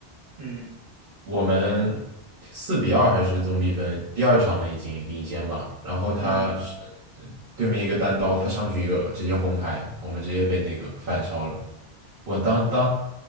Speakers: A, on the right; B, on the right.
A: 嗯
B: 我们四比二还是总比分，第二场了已经领先吧。然后他是呃对面一个单刀，
A: 嗯，嗯
B: 他上去一个直接红牌，我们直接被那个反超了。我当当